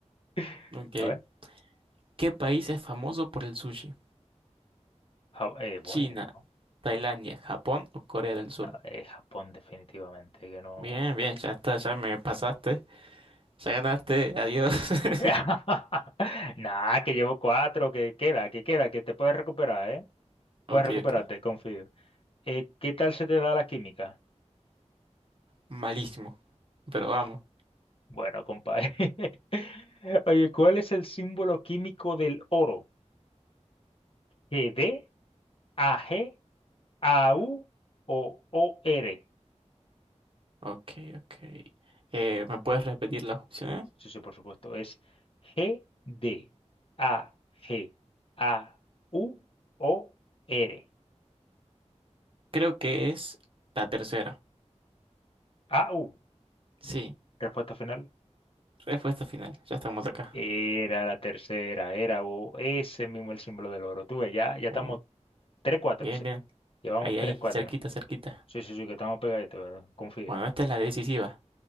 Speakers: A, on the left; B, on the right.
A: <laughs>
B: Ok.
A: a ver.
B: ¿Qué país es famoso por el sushi?
A: Ja- eh, bueno,
B: China, Tailandia, Japón o Corea del Sur.
A: no, es Japón, definitivamente, que no.
B: Bien, bien, ya está, ya me pasaste. Ya ganaste, adiós.
A: <laughs>
B: <laughs>
A: Nah, que llevo cuatro, que queda, que queda, que te puedes recuperar, ¿eh? Puedes
B: Ok,
A: recuperarte,
B: ok.
A: confío. Eh, ¿qué tal se te da la química?
B: Malísimo, pero vamos.
A: Bueno, compadre. <laughs> Oye, ¿cuál es el símbolo químico del oro? G D A G A U o O R.
B: Ok, ok. Eh, ¿me puedes repetir las opciones?
A: Sí, sí, por supuesto. Es G D A G A U o R.
B: Creo que es la tercera.
A: A U.
B: Sí,
A: Respuesta final.
B: respuesta final. Ya estamos acá.
A: Era la tercera, era o ese mismo el símbolo del oro. Tú ves, ya, ya estamos
B: Uy,
A: tres cuatro
B: bien,
A: sí.
B: bien.
A: Llevamos
B: Ahí,
A: tres
B: ahí,
A: cuatro
B: cerquita, cerquita.
A: Sí, sí, sí, que estamos pegaditos, eh, confía.
B: Bueno, esta es la decisiva.